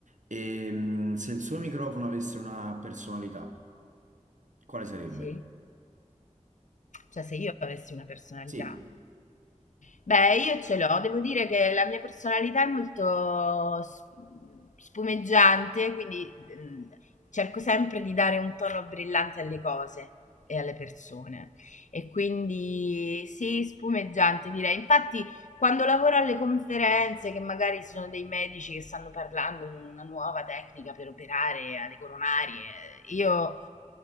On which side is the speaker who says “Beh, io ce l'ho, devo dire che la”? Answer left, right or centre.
Left